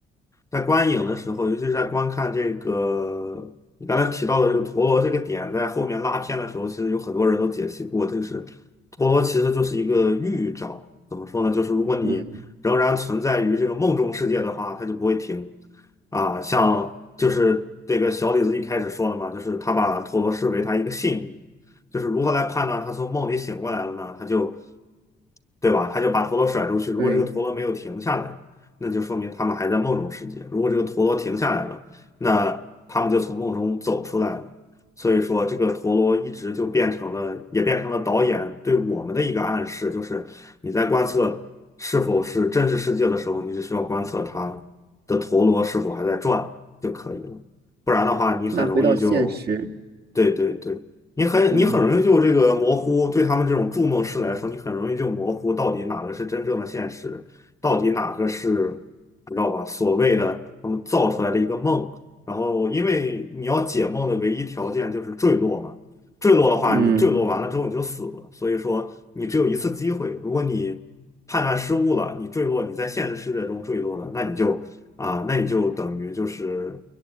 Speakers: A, on the left; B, on the right.
A: 在观影的时候，尤其是在观看这个你刚才提到的这个陀螺这个点，在后面拉片的时候，其实有很多人都解析过，就是陀螺其实就是一个预兆。怎么说呢？就是如果你仍然存在于这个梦中世界的话，
B: 嗯，
A: 它就不会停。啊，像就是这个小李子一开始说的嘛，就是他把陀螺视为他一个信物，就是如何来判断他从梦里醒过来了呢？他就对吧？他就把陀螺甩出去，如果这个陀螺没有停下来。
B: 对，
A: 那就说明他们还在梦中世界。如果这个陀螺停下来了，那他们就从梦中走出来了。所以说，这个陀螺一直就变成了，也变成了导演对我们的一个暗示，就是你在观测是否是真实世界的时候，你只需要观测它的陀螺是否还在转就可以了。不然的话，你很容易就，
B: 那回到现实，
A: 对对对，你很你很容易就这个模糊。
B: 嗯
A: 对他们这种筑梦师来说，你很容易就模糊到底哪个是真正的现实。到底哪个是你知道吧？所谓的他们造出来的一个梦，然后因为你要解梦的唯一条件就是坠落嘛，坠落的话，
B: 嗯
A: 你坠落完了之后你就死了，所以说你只有一次机会，如果你判断失误了，你坠落，你在现实世界中坠落了，那你就啊，那你就等于就是